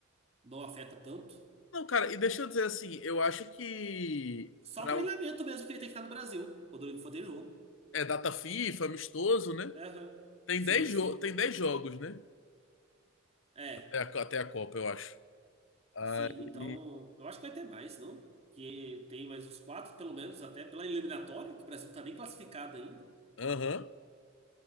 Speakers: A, on the right (about 30°); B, on the left (about 65°).
A: não afeta tanto.
B: Não, cara, e deixa eu dizer assim, eu acho que
A: Só
B: para
A: treinamento
B: um,
A: mesmo que ele tem que estar no Brasil, quando ele for ter jogo.
B: é data FIFA, amistoso, né?
A: Aham.
B: Tem
A: Sim,
B: dez
A: sim.
B: jo tem dez jogos, né?
A: É.
B: Até a, co- até a Copa, eu acho. Aí,
A: Sim, então eu acho que vai ter mais, não? Que tem mais uns quatro, pelo menos, até pela eliminatória, que o Brasil não tá nem classificado ainda.
B: aham.